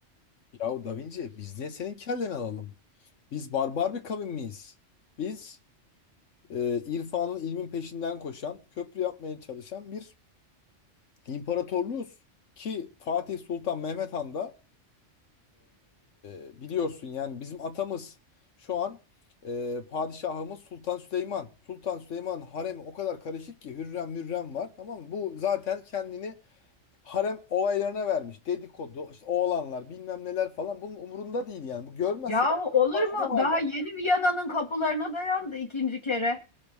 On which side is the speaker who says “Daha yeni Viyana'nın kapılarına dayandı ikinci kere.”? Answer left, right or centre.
Left